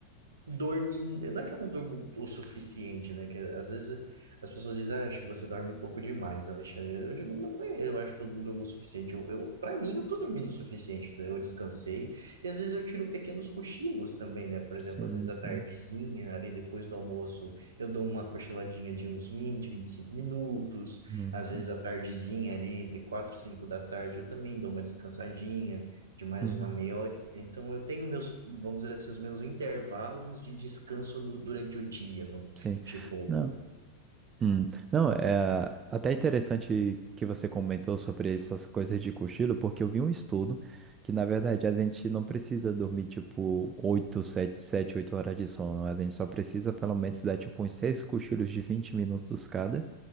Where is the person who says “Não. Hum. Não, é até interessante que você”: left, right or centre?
Right